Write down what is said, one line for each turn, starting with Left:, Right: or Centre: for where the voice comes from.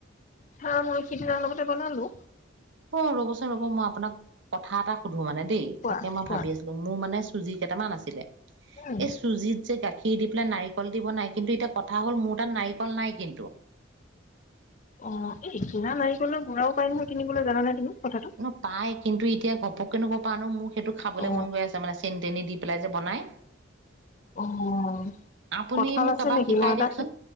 Left: হা, মই সিদিনা অলপতে বোনালো।
Right: অ', ৰ'বচোন ৰ'ব, মই আপোনাক কথা এটা সুধো মানে, দেই,
Left: কোৱা
Right: তাকে মই
Left: কোৱা
Right: ভাবি আছি লো, মোৰ মানে চুজি কেইটামান আছিলে,
Left: উম
Right: এই চুজিত যে গাখীৰ দি পেলাই নাৰিকল দি বনাই, কিন্তু এতিয়া কথা হ'ল মোৰ তাত নাৰিকল নাই কিন্তু।
Left: অ', এই কিনা নাৰিকলৰ ঘূৰাও পাই নহয়, কিনিবলৈ, জানানে তুমি কথাতো?
Right: নহয়, পাই, কিন্তু এতিয়া ঘপককেনো ক'ৰ পৰা আনো, মোৰ সেইটো খাবলৈ
Left: অ
Right: মন গৈ আছে। তাৰমানে চেনি-তেনি দি পেলাই যে বনায়।
Left: অ',
Right: আপুনি
Left: কঁঠাল
Right: মোক
Left: আছে
Right: এবাৰ
Left: নেকি,
Right: শিকাই
Left: মই এটা
Right: দিয়কচোন